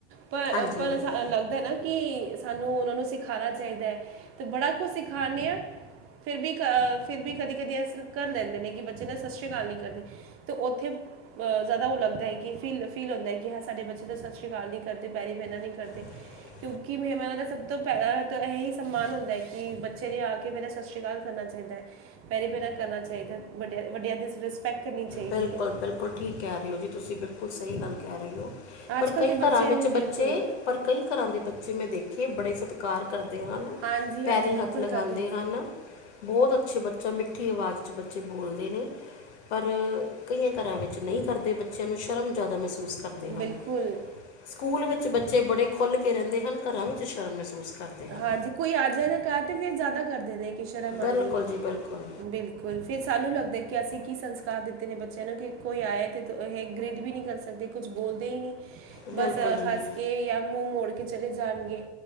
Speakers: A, on the right (about 40°); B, on the left (about 75°).
A: ਪਰ
B: ਹਾਂਜੀ
A: ਅ ਪਰ ਅ ਲੱਗਦਾਏ ਨਾ ਕਿ ਸਾਨੂੰ ਉਹਨਾਂ ਨੂੰ ਸਿਖਾਣਾ ਚਾਹੀਦਾ ਐ, ਤੇ ਬੜਾ ਕੁਛ ਸਿਖਾਣੇ ਆ। ਫਿਰ ਵੀ ਕ, ਫਿਰ ਵੀ ਕਦੀ- ਕਦੀ ਅਸਰ ਕਰ ਲੈਂਦੇ ਨੇ ਕਿ ਬੱਚੇ ਦਾ ਸਤਿ ਸ੍ਰੀ ਅਕਾਲ ਨੀ ਕਰਦੇ 'ਤੇ ਉੱਥੇ ਜ਼ਿਆਦਾ ਉਹ ਲੱਗਦਾ ਹੈ ਕਿ ਫੀਲ, ਫੀਲ ਹੁੰਦਾ ਹੈ ਕਿ ਹਾਂ ਸਾਡੇ ਬੱਚੇ ਤਾਂ ਸਤਿ ਸ੍ਰੀ ਅਕਾਲ ਨਹੀਂ ਕਰਦੇ, ਪੈਰੀ ਪੈਨਾ ਨਹੀਂ ਕਰਦੇ।
B: <inaudible>
A: ਕਿਉਂਕਿ ਮਹਿਮਾਨਾਂ ਦਾ ਸਭ ਤੋਂ ਪਹਿਲਾਂ ਤਾਂ ਇਹ ਹੀ ਸਨਮਾਨ ਹੁੰਦਾ ਐ ਕਿ, ਬੱਚੇ ਨੇ ਆ ਕੇ ਪਹਿਲਾ ਸਤਿ ਸ੍ਰੀ ਅਕਾਲ ਕਰਨਾ ਚਾਹੀਦਾ ਐ। ਪੈਰੀ ਪੈਨਾ ਕਰਨਾ ਚਾਹੀਦਾ, ਵੱਡਿਆਂ, ਵੱਡਿਆਂ ਦੀ ਰਿਸਪੈਕਟ ਕਰਨੀ ਚਾਹੀਦੀ
B: ਬਿਲਕੁਲ,
A: ਹੈ
B: ਬਿਲਕੁਲ ਠੀਕ ਕਹਿ ਰਹੇ ਹੋ ਜੀ, ਤੁਸੀਂ ਬਿਲਕੁਲ ਸਹੀ ਗੱਲ ਕਹਿ ਰਹੇ ਉਹ, ਪਰ
A: ਅੱਜ ਕੱਲ
B: ਕਈ
A: ਦੇ
B: ਘਰਾਂ
A: ਬੱਚਿਆਂ
B: ਵਿੱਚ
A: ਨੂੰ ਬਿਲਕੁਲ
B: ਬੱਚੇ, ਪਰ ਕਈ ਘਰਾਂ ਦੇ ਬੱਚੇ ਮੈਂ ਦੇਖੇ ਬੜੇ ਸਤ ਕਾਰ ਕਰਦੇ ਹਨ,
A: ਹਾਂਜੀ
B: ਪੈਰੀ
A: ਹਾਂਜੀ ਬਿਲਕੁਲ
B: ਹੱਥ ਲਗਾਂਉਦੇ
A: ਕਰਦੇ ਨੇ
B: ਹਨ ਬਹੁਤ ਅੱਛੇ ਬੱਚੇ, ਮਿੱਠੀ ਆਵਾਜ਼ 'ਚ ਬੱਚੇ ਬੋਲਦੇ ਨੇ ਪਰ, ਕਈਆਂ ਘਰਾਂ ਵਿੱਚ ਨਹੀਂ ਕਰਦੇ ਬੱਚਿਆਂ ਨੂੰ ਸ਼ਰਮ ਜ਼ਿਆਦਾ ਮਹਿਸੂਸ ਕਰਦੇ
A: ਬਿਲਕੁਲ
B: ਹਨ, ਸਕੂਲ ਵਿੱਚ ਬੱਚੇ ਬੜੇ ਖੁੱਲ ਕੇ ਰਹਿੰਦੇ ਹਨ, ਘਰਾਂ ਵਿੱਚ ਸ਼ਰਮ ਮਹਿਸੂਸ ਕਰਦੇ ਹਨ
A: ਹਾਂਜੀ ਕੋਈ ਆ ਜਾਏ ਨਾ ਕਰ ਤੇ ਫਿਰ ਜਿਆਦਾ ਕਰਦੇ ਨੇ ਕਿ ਸ਼ਰਮ
B: ਬਿਲਕੁਲ
A: ਆਉਦੀ ਏ
B: ਜੀ ਬਿਲਕੁਲ
A: ਬਿਲਕੁਲ ਲ ਫਿਰ ਸਾਨੂੰ ਲੱਗਦਾ ਕਿ ਅਸੀਂ ਕੀ ਸੰਸਕਾਰ ਦਿੱਤੇ ਨੇ ਬੱਚਿਆਂ ਨੂੰ, ਕਿ ਕੋਈ ਆਇਆ ਤੇ ਇਹ ਗ੍ਰੇਡ ਵੀ ਨਹੀਂ ਕਰ ਸਕਦੇ। ਕੁਛ ਬੋਲਦੇ ਈ ਨੀ,
B: ਬਿਲਕੁਲ
A: ਬਸ
B: ਜੀ
A: ਹੱਸ ਕੇ ਜਾਂ ਮੂੰਹ ਮੋੜ ਕੇ ਚਲੇ ਜਾਣਗੇ।